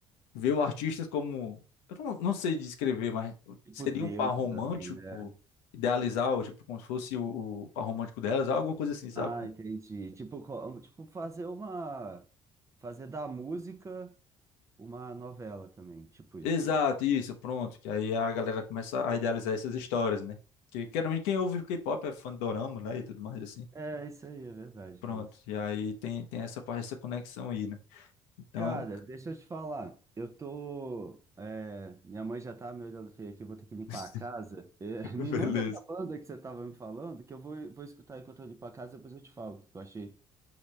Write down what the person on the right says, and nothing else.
Tipo
deuses,
assim, né?
Ah, entendi. Tipo, co- tipo fazer uma. Fazer da música uma novela também, tipo isso,
né?
É, isso aí, é verdade.
Nossa.
Cara, deixa eu te falar. Eu tô. é, minha mãe já tá me olhando feio aqui, eu vou ter que limpar
a casa. É, <laughs> me
manda essa banda que você tava me falando, que eu vou, vou escutar enquanto eu limpo a casa, depois eu te falo o que eu achei.